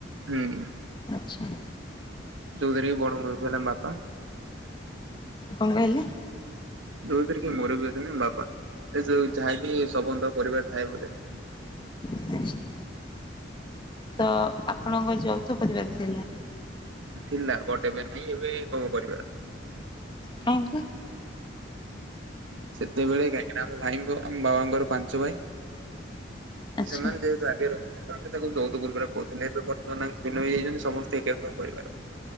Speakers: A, on the right; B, on the left.
A: ହୁଁ।
B: ଚ୍ଛା।
A: ଯୋଉଥିରେ କି ବଡ଼ ମୁରବି ହେଲା ମୋ ବାପା।
B: କଁ କହିଲେ?
A: ଯୋଉଥିରେ କି ମୁରବି ଅଛନ୍ତି ମୋ ବାପା। ଏ ଯୋଉ ଯାହାକି ସମସ୍ତଙ୍କ ପରିବାରରେ ଥାଏ ବୋଧେ।
B: ଆଚ୍ଛା ତ ଆପଣଙ୍କ ଯୌଥ ପରିବାର ଥିଲା?
A: ଥିଲା ବଟ୍ ଏବେ ନାଇଁ ଏବେ ଏକକ ପରିବାର।
B: କାହିଁକି?
A: ସେତେବେଳେ କାହିଁକି ନାଁ ଆମ ଭାଇଙ୍କ ଆମ ବାବାଙ୍କର ପାଞ୍ଚ ଭାଇ। ତ
B: ଆଚ୍ଛା
A: ସେମାନେ ଯେହେତୁ ଆଗେ ରହୁଥୁଲେ ତ ଆମେ ତାକୁ ଯୌଥ ପରିବାର କୋହୁଥୁଲେ। ଏବେ ବର୍ତ୍ତମାନ ଆଉ ଭିନ୍ନ ହୋଇଯାଇଚନ୍ତି ସମସ୍ତେ ଏକକ ପରିବାର।